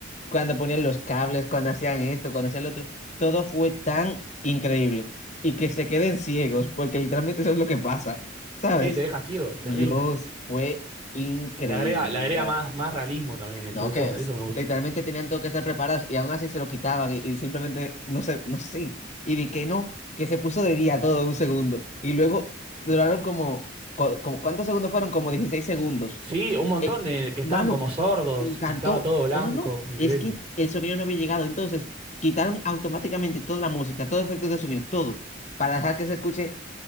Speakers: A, on the left; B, on the right.
A: Cuando ponían los cables, cuando hacían esto, cuando hacían lo otro, todo fue tan increíble. Y que se queden ciegos, porque literalmente eso es lo que pasa. ¿Sabes?
B: Sí, te deja ciego, terrible.
A: Dios, fue increíble,
B: Le agrega, le
A: de
B: agrega
A: verdad.
B: más, más realismo también, eso,
A: No,
B: eso,
A: que es-
B: eso me gusta.
A: literalmente tenían todo que estar preparados y aún así se lo quitaban y, y simplemente no sé, no sé. Y vi que no, que se puso de día todo un segundo. Y luego duraron como, co- como ¿cuántos segundos fueron? Como 16 segundos.
B: Sí, un montón
A: Eh,
B: de, que
A: mano,
B: estaban como sordos
A: me encantó.
B: y estaba todo blanco,
A: No, no, no.
B: increíble.
A: Es que el sonido no había llegado. Entonces quitaron automáticamente toda la música, todos los efectos de sonido, todo, para dejar que se escuche